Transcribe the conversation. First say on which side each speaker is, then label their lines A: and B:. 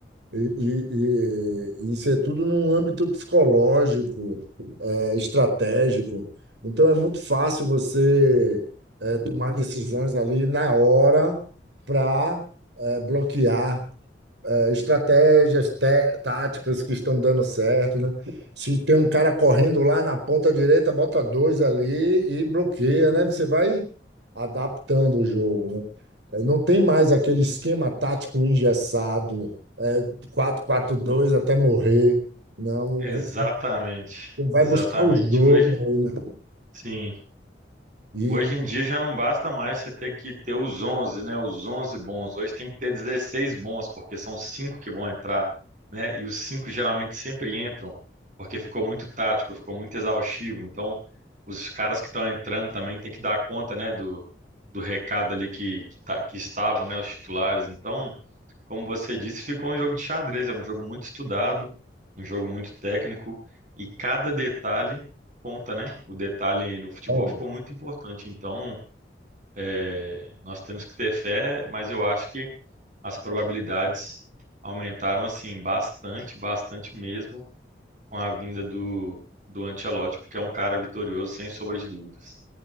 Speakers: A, on the right; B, on the right.
A: E, e, e isso é tudo num âmbito psicológico, é, estratégico. Então é muito fácil você é, tomar decisões ali na hora para é, bloquear é, estratégias, té- táticas que estão dando certo, né? Se tem um cara correndo lá na ponta direita, bota dois ali e bloqueia, né? Você vai adaptando o jogo, né? É, Não tem mais aquele esquema tático engessado, é, quatro 4 2 até morrer. Não,
B: Exatamente,
A: você vai
B: exatamente.
A: buscar o jogo,
B: Hoje,
A: né?
B: sim,
A: E,
B: hoje em dia já não basta mais você ter que ter os onze né? Os 11 bons. Hoje tem que ter 16 bons, porque são cinco que vão entrar, né? E os cinco geralmente sempre entram, porque ficou muito tático, ficou muito exaustivo. Então, os caras que estão entrando também tem que dar conta, né, do, do recado ali que, que, tá, que estavam, né, os titulares. Então, como você disse, ficou um jogo de xadrez. É um jogo muito estudado, um jogo muito técnico e cada detalhe conta, né? O detalhe no futebol
A: olha,
B: ficou muito importante. Então, é, nós temos que ter fé, mas eu acho que as probabilidades aumentaram assim bastante, bastante mesmo com a vinda do do Ancelotti, porque é um cara vitorioso sem sombra de dúvidas.